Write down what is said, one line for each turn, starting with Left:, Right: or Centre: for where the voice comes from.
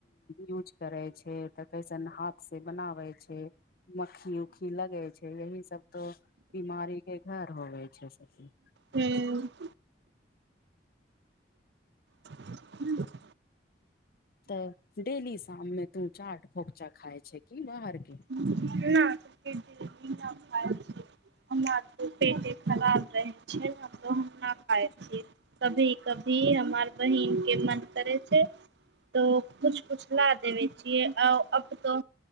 Left: यूज करै छै तऽ कैसन हाथसँ बनाबै छै मक्खी उक्खी लगे छै यही सब तो बिमारी के घर होवे छै सखी
Right: हू <inaudible>
Left: तऽ डेली शाम मे तू चाट फोकचा खाय छै कि बाहर के
Right: <inaudible> हमर तो पेटे खराब रहे छै हम तो हम न खाय छीय कभी कभी हमार बहिन के मन करै छै तो कुछ कुछ ला देवे छियै आ अब तो